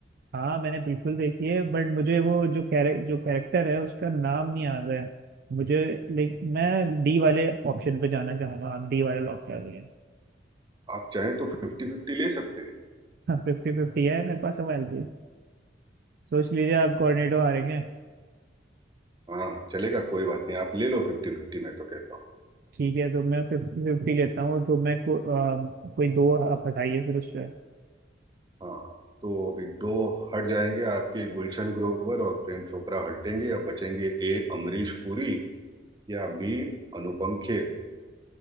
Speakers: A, on the right; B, on the right.
A: हाँ मैंने बिल्कुल देखी है बट मुझे वो जो कैरे, जो कैरेक्टर है उसका नाम नहीं याद है मुझे लाइक मैं डी वाले ऑप्शन पे जाना चाहूंगा आप डी वाले लॉक कर रही हैं
B: आप चाहें तो फिफ्टी फिफ्टी ले सकते हैं
A: फिफ्टी फिफ्टी <laughs> है मेरे पास सवाल भी सोच लीजिए आप कोऑर्डिनेटर हारेंगे
B: हाँ चलेगा कोई बात नहीं आप ले लो फिफ्टी फिफ्टी मैं तो कहता हूँ
A: ठीक है तो मैं फिफ्टी फिफ्टी लेता हूँ तो मैं को, आ, कोई दो आप हटाइए फिर उससे
B: हाँ तो अभी दो हट जाएंगे आपके गुलशन ग्रोवर और प्रेम चोपड़ा हटेंगे अब बचेंगे ए अमरीश पुरी या बी अनुपम खेर